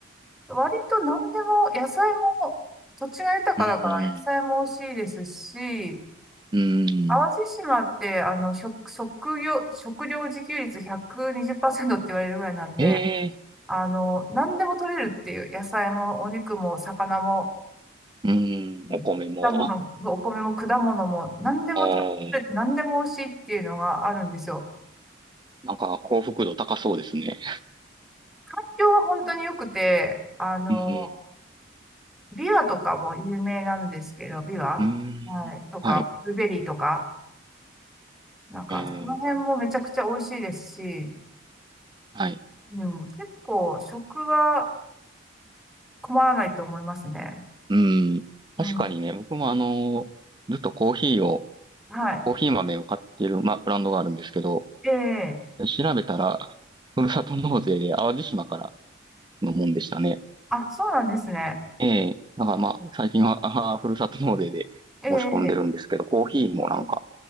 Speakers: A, in the centre; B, on the right.
A: 割と何でも、野菜も、土地が豊かだから野菜も美味しいですし、
B: うーん、うーん。
A: 淡路島って、あの、食、食料、食料自給率120%っパーセントって言われるぐらいなんで、
B: ええ、
A: あの、何でも取れるっていう、野菜もお肉も魚も、
B: うー
A: うん果物、
B: ん、お米も。
A: お米も果物も、何でも取れて、
B: あー
A: 何でも美味しいっていうのがあるんですよ。
B: なんか幸福度高そうですね。
A: 東京は本当に良くて、あの、
B: うん、
A: ビワとかも有名なんですけど、ビワ、
B: うーん、
A: はい、とか、
B: はい。
A: ブルーベリーとか、なんか、
B: ええ、
A: その辺もめちゃくちゃ美味しいですし、
B: はい。
A: うん、結構、食は、困らないと思いますね。
B: うん。
A: うん。
B: 確かにね、僕もあの、ずっとコーヒーを、
A: はい。
B: コーヒー豆を買ってる、まあ、ブランドがあるんですけど、
A: ええ
B: 調べたら、ふるさと納税で淡路島からのもんでしたね。
A: あ、そうなんですね。
B: ええ。だからまあ、最近は、あーふるさと納税で申し込んでるんですけど、
A: ええええ
B: コーヒーもなんか
A: ええ